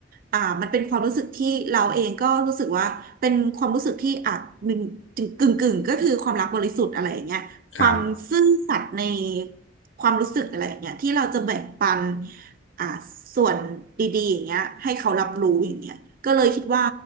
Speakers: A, on the right; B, on the left.
A: อ่ามันเป็นความรู้สึกที่เราเองก็รู้สึกว่าเป็นความรู้สึกที่อาจึกึ่งกึ่งๆก็คือความรักบริสุทธิ์อะไรอย่างเงี้ย ความซื่อสัตย์ใน
B: ครับ
A: ความรู้สึกอะไรอย่างเงี้ยที่เราจะแบ่งปันอ่าส่วนดีๆอย่างเงี้ยให้เขารับรู้อย่างเงี้ยก็เลยคิดว่า